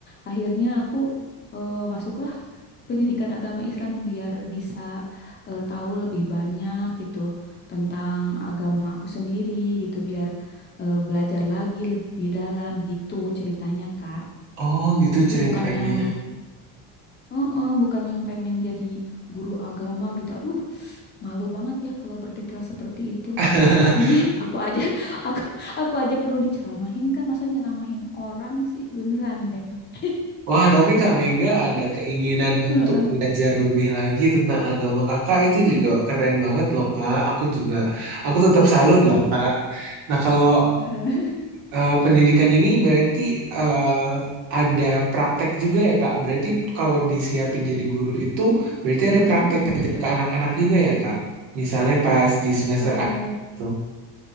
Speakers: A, on the left; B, on the right.
A: akhirnya aku eh, masuklah pendidikan agama Islam biar bisa eh, tahu lebih banyak gitu tentang agama aku sendiri gitu biar eh, belajar lagi lebih dalam gitu ceritanya Kak.
B: Oh gitu
A: Jadi
B: ceritanya.
A: bukan yang Heeh, bukan yang pengen jadi guru agama gitu. Aduh, malu banget ya kalau bertitel seperti itu.
B: <laughs>
A: Jadi <laughs> aku aja <laughs> aku aku aja perlu diceramahin Kak, masa nyeramahin orang sih beneran deh. <laughs>
B: Wah tapi Kak Mega ada keinginan untuk
A: Heeh,
B: belajar lebih lagi tentang agama kakak itu juga keren banget loh Kak. Aku juga, aku tetap salut
A: heeh,
B: loh Kak. Nah kalau
A: heeh.
B: Eh, pendidikan ini berarti eh, ada praktek juga ya Kak. Berarti kalau disiapin jadi guru itu berarti ada praktek
A: Mm-mm.
B: kerja ke anak-anak juga ya Kak. Misalnya pas di semester
A: Eh,
B: A itu.